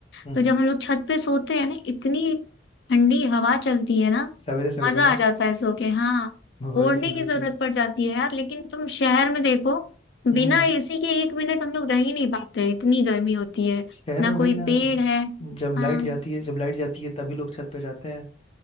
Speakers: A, on the left (about 30°); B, on the left (about 70°).
A: हम्म
B: तो
A: हम्म,
B: जब हम लोग छत पे सोते हैं ना इतनी ठंडी हवा चलती है ना
A: सवेरे सवेरे
B: मजा
A: ना
B: आ जाता है सो के हाँ
A: वही
B: ओढ़ने
A: चीज वही
B: की जरूरत
A: चीज
B: पड़ जाती है यार लेकिन तुम शहर में देखो
A: हम्म
B: बिना
A: हम्म।
B: एसी के एक मिनट हम लोग रह ही नहीं पाते हैं इतनी गर्मी होती है
A: शहर
B: ना
A: में वही
B: कोई
A: ना
B: पेड़
A: ज-
B: है
A: जब
B: हाँ
A: लाइट जाती है जब लाइट जाती है तभी लोग छत पे जाते हैं